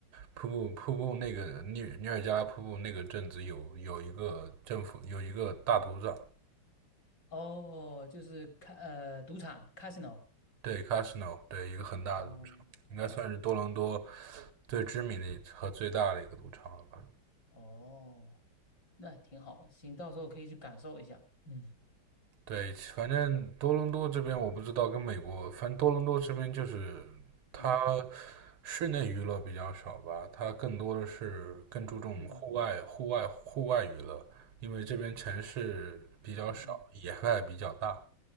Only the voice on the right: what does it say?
瀑布瀑布那个尼尼尔加拉瀑布那个镇子有有一个政府有一个大赌场，
对，casino，对，一个很大的赌场，
应该算是多伦多最知名的和最大的一个赌场了吧。
对，反正多伦多这边我不知道，跟美国，反正多伦多这边就是它
室内娱乐比较少吧，它更多的是更注重户外、
户外、户外娱乐，因为这边城市比较少，
野外比较大，